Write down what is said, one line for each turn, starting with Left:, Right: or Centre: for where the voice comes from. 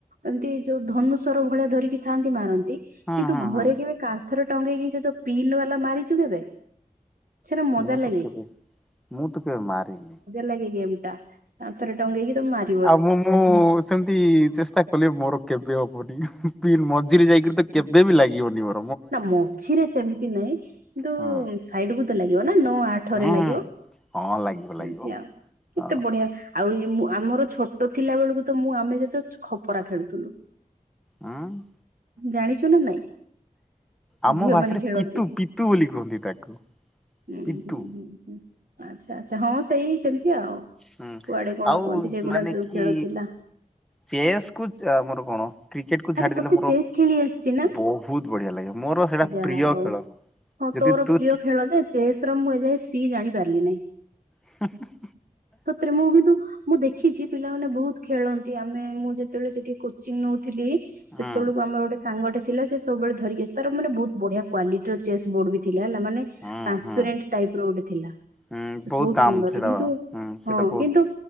Right: ଏମିତି ଯୋଉ ଧନୁ ସର ଭଳିଆ ଧରିକି ଥାଆନ୍ତି ମାରନ୍ତି
Centre: ହଁ
Right: କିନ୍ତୁ
Centre: ହଁ।
Right: ଘରେ
Centre: ହଁ
Right: କେବେ କାନ୍ଥରେ ଟଙ୍ଗେଇକି ସେ ଯୋଉ ପିନ୍ ବାଲା ମାରିଛୁ କେବେ? ସେଟା ମଜା
Centre: ମୁଁ
Right: ଲାଗେ
Centre: ତ କେବେ ମୁଁ ତ କେବେ ମାରିନି।
Right: ଲଗ ଉମଟା ଆଥର ଟଙ୍ଗ କିି ତାରି
Centre: ଆଉ ମୁଁ ମୁଁ ସେମିତି ଚେଷ୍ଟା କଲି ମୋର କେବେ ହବନି ମଝିରେ ଯାଇକରି ତ କେବେ ବି ଲାଗିବନି ମ
Right: ନା ମଝିରେ ସେମିତି ନାହିଁ କିନ୍ତୁ
Centre: ହଁ
Right: ସାଇଡ କୁ ତ ଲାଗିବ ନା ନଅ ଆଠରେ
Centre: ହୁଁ
Right: ଲାଗିବ।
Centre: ହୁଁ ଲାଗିବ
Right: ହଁ ସେମିତି
Centre: ଲାଗିବ
Right: ଆଉ କେତେ
Centre: ହଁ
Right: ବଢିଆ ଆଉ ଆମର ଛୋଟ ଥିଲା ବେଳକୁ ତ ମୁଁ ଆମେ ଯେ ଖପରା ଖେଳୁଥିଲୁ।
Centre: ହୁଁ
Right: ଜାଣିଛୁ ନା ନାଇଁ?
Centre: ଆମ
Right: ଝିଅ
Centre: ଭାଷାରେ
Right: ମାନେ ଖେଳନ୍ତି
Centre: ପିତୁ ପିତୁ ବୋଲି କୁହନ୍ତି ତାକୁ
Right: ହୁଁ
Centre: ପିତୁ!
Right: ହୁଁ ହୁଁ ହୁଁ। ଆଚ୍ଛା ଆଚ୍ଛା ହଁ ସେଇ ସେମିତି ଆଉ।
Centre: ହୁଁ
Right: କୁଆଡେ କଣ
Centre: ଆଉ
Right: କୁହନ୍ତି ସେଗୁଡା
Centre: ମାନେ
Right: ଯୋଉ
Centre: କି
Right: ଖେଳୁଥିଲା।
Centre: ଚେସ୍ କ ଆମର କଣ କ୍ରିକେଟ କୁ
Right: ଆରେ
Centre: ଛାଡିଦେଲେ,
Right: ତୋତେ
Centre: ମୋର
Right: ଚେସ୍ ଖେଳି ଆସିଛି ନା
Centre: ବହୁତ ବଢିଆ ଲାଗେ ମୋର ସେଇଟା
Right: ଯାହା
Centre: ପ୍ରିୟ
Right: ହଉ।
Centre: ଖେଳ।
Right: ହଁ
Centre: ଯଦି
Right: ତୋର
Centre: ତୁ
Right: ପ୍ରିୟ ଖେଳ ଯେ, ଚେସ ର ମୁଁ ଏଯାଏ ସି ଜାଣିପାରିଲି ନାହିଁ।
Centre: <inaudible>
Right: ସତରେ ମୁ କିନ୍ତୁ ମୁଁ ଦେଖିଛି ପିଲାମାନେ ବହୁତ ଖେଳନ୍ତି ଆମେ ମୁଁ ଯେତେବେଳେ ସେଠି କୋଚିଂ ନଉ ଥିଲି
Centre: ହୁଁ
Right: ସେତେବେଳକୁ ଆମର ଗୋଟେ ସାଙ୍ଗଟେ ଥିଲା ସେ ସବୁବେଳେ ଧରିକି ଆସେ, ତାର ମାନେ ବହୁତ ବଢିଆ କ୍ୱାଲିଟି ର ଚେସ୍ ବୋର୍ଡ ବି ଥିଲା ହେଲା ମାନେ ଟ୍ରାନ୍ସପେରେଣ୍ଟ
Centre: ହୁଁ ହୁଁ
Right: ଟାଇପ ର ଗୋଟେ ଥିଲା।
Centre: ହୁଁ
Right: ବହୁତ
Centre: ଦାମ
Right: ସୁନ୍ଦର
Centre: ସେଇଟା
Right: କିନ୍ତୁ
Centre: ହୁଁ ସେଇଟା
Right: ହଁ
Centre: ବହୁତ
Right: କିନ୍ତୁ